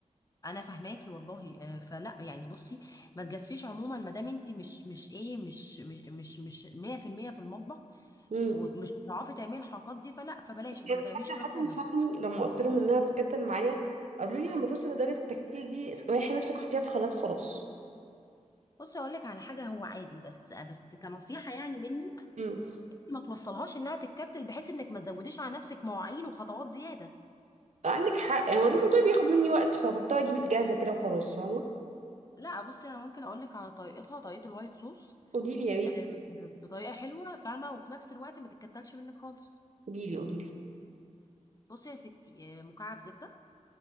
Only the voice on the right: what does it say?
امم
يعني
حتى
حد
نصحني لما قلت لهم انها بتكتل معايا قالوا لي لما توصل لدرجه التكتيل دي ريحي نفسك وحطيها في الخلاط وخلاص
امم
عندك حق يعني الموضوع بياخد مني وقت فبضطر اجيب الجاهزه كده وخلاص فاهمه
قولي لي يا ريت
قوليلي قوليلي